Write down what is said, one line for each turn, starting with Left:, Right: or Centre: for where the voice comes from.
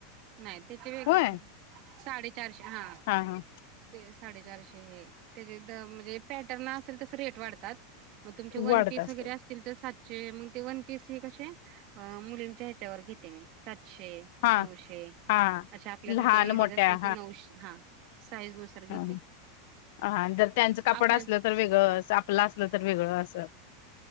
Right: नाही त्याचे वेगवेगळे
Left: होय
Right: साडेचारशे हा.
Left: हा हा.
Right: ते साडेचारशे हे त्याच्या द म्हणजे पॅटर्न असेल तस रेट वाढतात. म तुमचे वन
Left: वाढत
Right: पीस
Left: असते
Right: वगैरे अस असतील तर सातशे. मग ते वन पीस हे कसे मुलींच्या ह्याच्यावर घेते मी. सातशे
Left: हा
Right: नऊशे,
Left: हा.
Right: अशा आपल्यासारखे
Left: लहान
Right: लेडीज
Left: मोठ्या
Right: असले की नऊशे. हा साईज नुसार घेते
Left: हं हं. हा जर त्यांचं कपड
Right: आपल्या
Left: असलं तर वेगळं, आपलं असलं तर वेगळं असं.